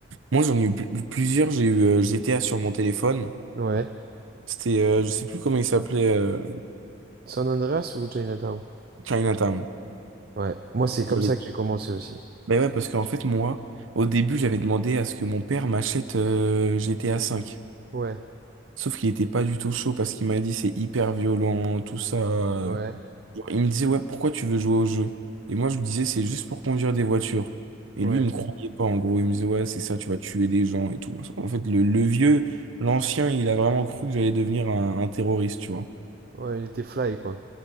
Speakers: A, on the right; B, on the right.
A: moi, j'en ai eu pl- plusieurs, j'ai eu euh, GTA sur mon téléphone.
B: Ouais.
A: C'était, euh, je sais plus comment il s'appelait, euh,
B: San Andreas ou Chinatown?
A: Chinatown.
B: Ouais. Moi, c'est comme
A: J'avais-
B: ça que j'ai commencé aussi.
A: Ben ouais, parce qu'en fait, moi, au début, j'avais demandé à ce que mon père m'achète euh, GTA cinq
B: Ouais,
A: Sauf qu'il était pas du tout chaud parce qu'il m'a dit c'est hyper violent, tout ça. euh,
B: ouais,
A: Il me disait, ouais, pourquoi tu veux jouer au jeu? Et moi, je lui disais, c'est juste pour conduire des voitures. Et
B: ouais.
A: lui, il me croyait pas, en gros. Il me disait, ouais, c'est ça, tu vas tuer des gens et tout. En fait, le, le vieux, l'ancien, il a vraiment cru que j'allais devenir un, un terroriste, tu vois.
B: Ouais, il était fly, quoi.